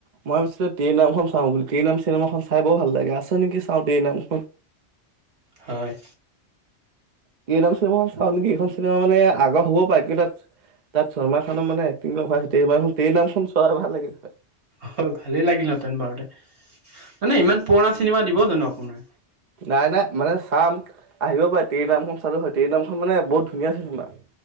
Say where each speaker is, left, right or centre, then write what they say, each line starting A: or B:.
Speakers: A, on the right; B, on the right.
A: মই ভাবিছিলো তেৰি নামখন চাওঁ টেৰেনাম এই নাম চিনেমাখন চাই ব ভাল লাগে আছে নেকি চাওঁ টেৰ নামখন
B: হয়।
A: টেই নাম চিনেমাখন চাওঁ নেকি। এইখন চিনেমা মানে আগৰ হ'বও পাৰে, কিন্তু তাত তাত চলমান খানৰ মানে এক্টিং ভাল ৰ নামখন চোৱাই ভাল লাগিল হয়।
B: হয়, ভালে লাগিল হেতেন বাৰতে, মানে ইমান পুৰণা চিনেমা দিব জানো আপোনাৰ।
A: নাই নাই মানে চাম আহিব পাৰে টেৰ নামখন চালো হয় টেৰ নামখন মানে বহুত ধুনীয়া চেনেমা।